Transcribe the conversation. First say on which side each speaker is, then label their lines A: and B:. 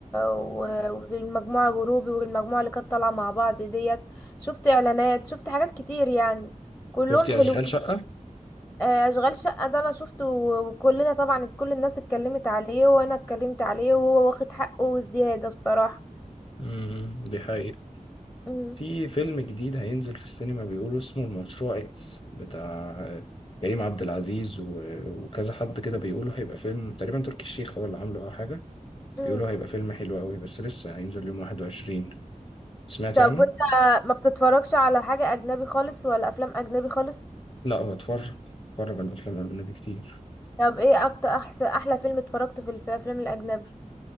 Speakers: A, on the left; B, on the left.
A: و... والمجموعة وروبي والمجموعة اللي كانت طالعة مع بعض ديت شفت اعلانات شفت حاجات كتير يعني كلهم
B: شفتي
A: حلوين
B: اشغال شقة
A: آه، اشغال شقة ده انا شفته وكلنا طبعا كل الناس اتكلمت عليه وانا اتكلمت عليه وهو واخد حقه وزيادة بصراحة
B: امم دي حقيقة
A: مم.
B: في فيلم جديد هينزل في السينما بيقولوا اسمه المشروع اكس بتاع كريم عبد العزيز و- وكذا حد كده بيقولوا هيبقى فيلم تقريبا تركي الشيخ هو اللي عامله او حاجة
A: مم.
B: بيقولوا هيبقى فيلم حلو قوي بس لسه هينزل يوم 21 سمعتي
A: طب
B: عنه
A: وانت ما بتتفرجش على حاجة اجنبي خالص ولا افلام اجنبي خالص
B: لا بتفرج بتفرج على الافلام الاجنبي كتير
A: طب ايه اكتر احسن احلى فيلم اتفرجته في الف- الافلام الاجنبي